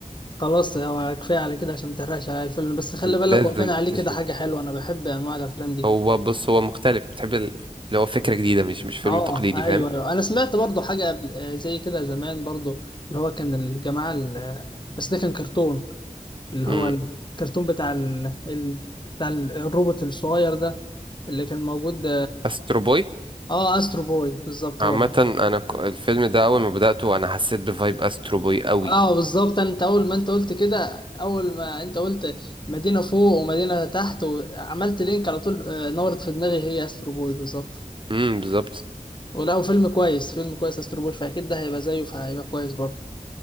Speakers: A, on the left; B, on the right.
A: خلاص هو كفايه على كده عشان ما تحرقش على الفيلم بس خلي بالك
B: لازم
A: وبين عليه
B: تشوف
A: كده حاجه حلوه انا بحب انواع الافلام دي
B: هو بص هو مختلف بتحب ال- اللي هو فكرة جديدة مش مش فيلم
A: اه
B: تقليدي فاهم
A: ايوه ايوه انا سمعت برضو حاجه قبل- آه، زي كده زمان برضو اللي هو كان الجماعه ال- آه، بس ده كان كرتون اللي
B: امم
A: هو الكرتون بتاع ال... ال... بتاع الروبوت الصغير ده اللي كان موجود
B: استرو بوي
A: اه استرو بوي بالظبط
B: عامة
A: هو ده.
B: انا ك- الفيلم ده اول ما بدأته انا حسيت بفايب استرو بوي قوي
A: اه بالظبط انت اول ما انت قلت كده اول ما انت قلت مدينه فوق ومدينه تحت وعملت لينك على طول آه، نورت في دماغي هي استرو بوي بالظبط
B: امم بالظبط
A: ولا وفيلم كويس فيلم كويس استر بوي فاكيد ده هيبقى زيه فهيبقى كويس برضه